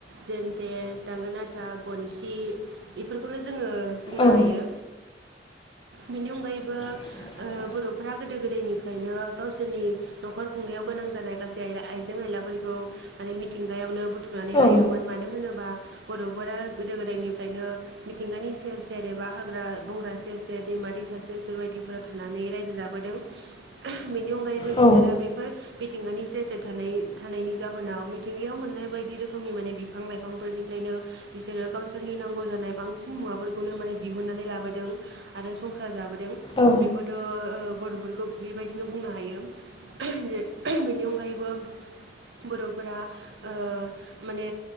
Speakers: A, on the right; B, on the left.
A: जेन्थे दांगोना था गनसि बेफोरखौनो जोङो बुंनो
B: औ
A: हायो बेनि अनगायैबो
B: <inaudible>
A: बर'फ्रा गोदो गोदायनिफ्रायनो गावसोरनि न'खर खुंनायाव गोनां जानाय गासै आइजें आयलाफोर खौ माने मिथिंगायावनो बुथुमनानै
B: औ
A: लायोमोन मानो होनोबा बर'फोरा गोदो गोदायनिफ्रायनो मिथिंगानि सेर सेर एबा हाग्रा बंग्रा सेर सेर दै मा दैसा सेर सेर बायदिफोरा थानानै रायजो जाबोदों बेनि अनगायैबो बिसोरो
B: औ
A: बेफोर मिथिंगानि सेर सेर थानाय थानायनि जाहोनाव मिथिंगायाव मोननाय बायदि रोखोमनि माने बिफां लाइफांफोरनिफ्राय बिसोरो गावसोरनि नांगौ जानाय बांसिन मुवाफोरखौनो माने दिहुननानै लाबोदों आरो संसार जाबोदों
B: औ
A: बेखौथ' ओ गथ'फोरा बेबायदिनो बुंनो हायो बे <inaudible> बेनि अनगायैबो बर'फोरा ओ माने